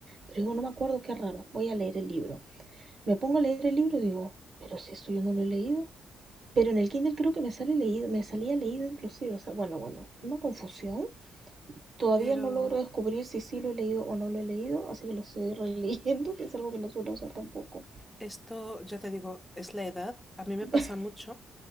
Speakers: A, on the right; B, in the centre.
A: Pero digo, no me acuerdo, qué raro, voy a leer el libro. Me pongo a leer el libro y digo, pero si esto yo no lo he leído. Pero en el Kindle creo que me sale leído, me salía leído inclusive, o sea, bueno, bueno, una confusión. Todavía
B: Pero
A: no logro descubrir si sí lo he leído o no lo he leído, así que lo estoy <laughs> releyendo, que es algo que no suelo usar tampoco.
B: esto, ya te digo, es la edad, a mí me
A: <laughs>
B: pasa mucho.